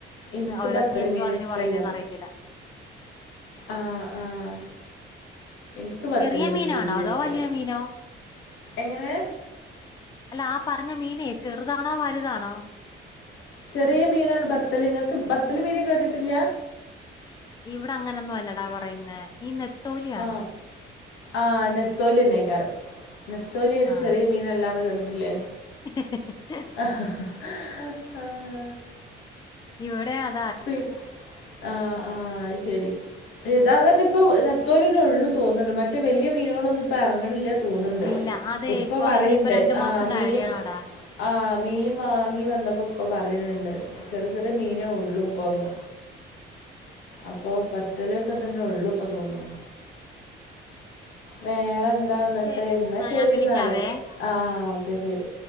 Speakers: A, on the left; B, on the left.
A: ഇൻക്ക്
B: ഓരോരുത്തർ
A: ബത്തല്
B: എന്തോ
A: മീൻ
B: അതിന്
A: ഇഷ്ടല്ല
B: പറയുന്നേന്ന് അറിയത്തില്ല
A: ആഹ് ആഹ് ഇൻക്ക് ബത്തല്
B: ചെറിയ
A: മീന്
B: മീനാണോ
A: തീരെ
B: അതോ
A: ഇഷ്ടല്ല.
B: വലിയ മീനോ
A: എങ്ങനെ?
B: അല്ല ആ പറഞ്ഞ മീനേ, ചെറുതാണോ വലുതാണോ?
A: ചെറീ മീനാണ് ബത്തല് നിങ്ങക്ക് ബത്തല് മീന് കേട്ടിട്ടില്ല
B: ഇവിടെ അങ്ങനെൊന്നും അല്ലടാ പറയുന്നെ ഈ നെത്തോലിയാണോ
A: ആ ആ നെത്തോലി തന്നയ്ക്കാരം നെത്തോലി ഒരു
B: ആ
A: ചെറിയ മീനല്ലാന്ന് കേട്ടിട്ടില്ലേ
B: <unintelligible>
A: <unintelligible>
B: ഇവിടെയാ
A: ഫി ആഹ് ആഹ് അയ്ശരി ഇതാതന്നെ ഇപ്പൊ നത്തോലിന്നെ ഉള്ളു തോുന്നുന്നു മറ്റേ വലിയ മീനുകളൊന്നും ഇപ്പ എറങ്ങണില്ല തോന്നണ്ട്
B: ഇല്ല അതെ
A: ഉപ്പ
B: ഇപ്പൊ
A: പറയണ്ട്
B: ഇനിയിപ്പോ രണ്ടു
A: ആഹ്
B: മാസം കഴിയണോടാ
A: മീൻ ആഹ് മീൻ വാങ്ങി വന്നപ്പോ ഉപ്പ പറയണണ്ട് ചെറിയ ചെറിയ മീനേ ഉള്ളു ഇപ്പൊന്ന് അപ്പൊ പത്തലൊക്കെ തന്നെ ഉള്ളൂ ഇപ്പൊ തോന്നുന്നു വേറെന്താ എന്നിട്ട്
B: ശരിടാ
A: ഇന്നാ ശരി
B: ഞാൻ വിളിക്കാവേ
A: എന്നാല് ആഹ് ഓക്കെ ശരി